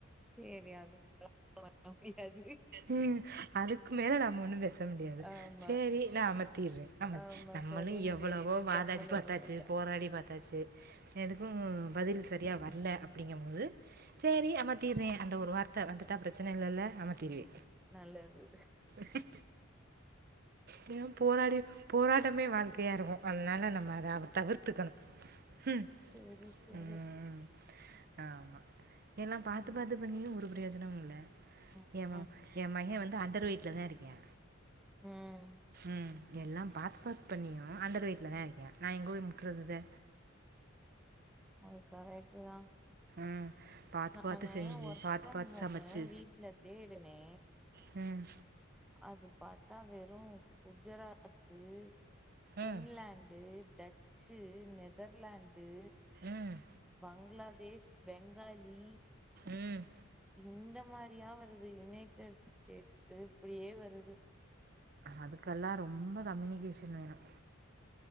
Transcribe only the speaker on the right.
ம் அதுக்கு மேல நம்ம ஒன்னும் பேஸ் முடியாது
சேரி நா அமத்திறே நமக்
நம்மளு
எவ்வளவோ
வாதாடி
பாத்தாச்சு
போராடி பாத் தாச்சு எதுக்கும் பதில் சரியா வர்ல அப்படிங்க போது சேரி அமத்தீர்றே அந்த ஒரு வார்த்த வந்துட்டா பிரச்சன இல்லல்ல அமத்தீருவே
ச <inaudible> ஏன்னா போராடி போராட்டமே வாழ்க்கையா இருக்கும் அதனால நம்ம அத தவிர்த்துக்கணு ம்
சேர்
ஆமா எல்லாம் பாத்து
பாத்து பண்ணியும் ஒரு பிரயோஜனம் இல்ல
என் மவ
என் மைய வந்து அண்டர் வெயிட்ல தா இருக்யா
ம் எல்லாம் பாத் பாத் பண்ணியும் அண்டர் வெயிட்ல தா இருக்யா நா எங்க போய் முட்றது இத
ம். பாத்து
பாத்து செஞ்சு,
பாத்து
பாத்து
சமைச்சு.
ம்
ம்.
ம்.
ம்
அதுக்கெல்லா ரொம்ப கம்யூனிகேஷன் வேணும்